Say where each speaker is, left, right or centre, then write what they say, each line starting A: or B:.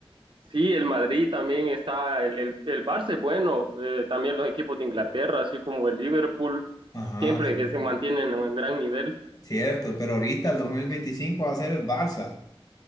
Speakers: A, on the right (about 55°); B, on the left (about 40°).
A: Sí, el Madrid también está, el, el, el Barça es bueno, eh, también los equipos de Inglaterra, así como el Liverpool,
B: Ajá,
A: siempre
B: cierto.
A: que se mantienen en un gran nivel.
B: Cierto, pero ahorita el 2025 va a ser el Barça.